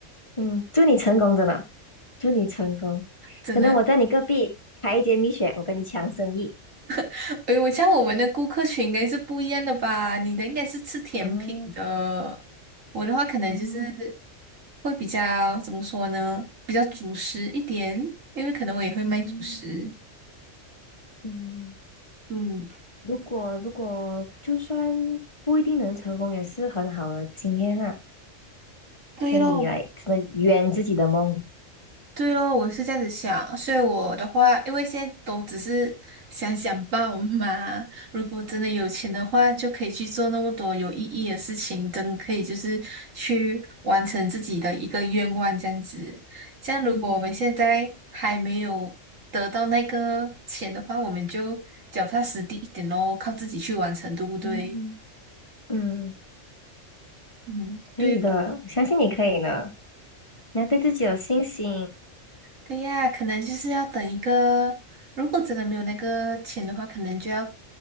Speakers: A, on the left; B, on the right.
A: 嗯，祝你成功，真的，祝你成功。
B: 真的，
A: 可能我在你隔壁开一间蜜雪，我跟你抢生意。
B: <laughs> 哎，我像我们的顾客群应该是不一样的吧？你的应该是吃甜品的，
A: 哦，
B: 我的话可能就是
A: 嗯
B: 会比较怎么说呢？比较主食一点，因为可能我也会卖主食。
A: 嗯嗯。
B: 嗯，
A: 如果如果就算不一定能成功，也是很好的经验啊，
B: 对咯，
A: 可以来真的圆自己的梦。
B: 对咯，我是这样子想，所以我的话，因为现在都只是想想报嘛。如果真的有钱的话，就可以去做那么多有意义的事情，真的可以就是去完成自己的一个愿望这样子。这样，如果我们现在还没有得到那个钱的话，
A: 嗯
B: 我们就脚踏实地一点咯，靠自己去完成，对不对？
A: 嗯嗯，
B: 嗯，
A: 可以的，
B: 对。
A: 我相信你可以的。你要对自己有信心。
B: 对呀，可能就是要等一个，如果真的没有那个钱的话，可能就要